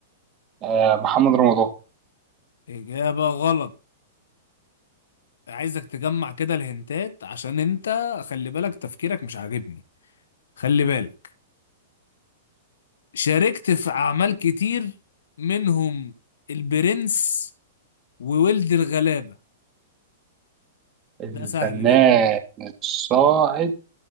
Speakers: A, on the right (about 30°); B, on the left (about 80°).
A: آه، محمد رمضان
B: إجابة غلط عايزك تجمع كده الهنتات عشان انت خلي بالك تفكيرك مش عاجبني خلي بالك شاركت في أعمال كتير منهم البرنس وولد الغلابة
A: الفنان
B: ده سهل ده
A: الصاعد